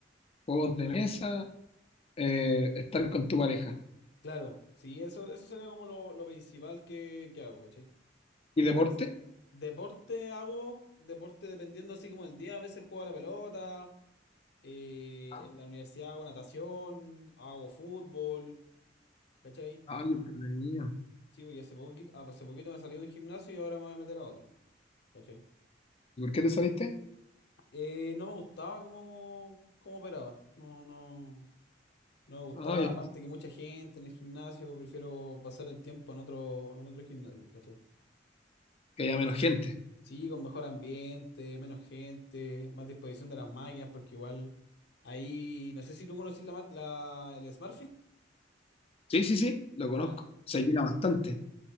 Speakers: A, on the left; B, on the left.
A: juegos de mesa Eh, estar con tu pareja.
B: claro, sí, eso, eso sería como lo, lo principal que, que hago, ¿cachai?
A: ¿Y deporte?
B: A veces- Deporte hago, deporte dependiendo así como el día, a veces juego a la pelota, Eh,
A: Ah,
B: en la universidad hago natación, hago fútbol, ¿cachai?
A: ah, qué entretenido.
B: Sí, pues, y hace poquito, hace poquito me salí de un gimnasio y ahora me voy a meter a otro, ¿cachai?
A: ¿Y por qué te saliste?
B: Eh, no me gustaba cómo, cómo operaba, no, no, no me gustaba,
A: Ah, ya-
B: aparte que mucha gente en el gimnasio, prefiero pasar el tiempo en otro, en otro gimnasio, ¿cachai?
A: que haya menos gente.
B: Sí, con mejor ambiente, menos gente, más disposición de las máquinas, porque igual ahí, no sé si tú conocís la, ma- la, el SmartFit.
A: Sí, sí, sí, lo conozco.
B: ya
A: Se llena bastante.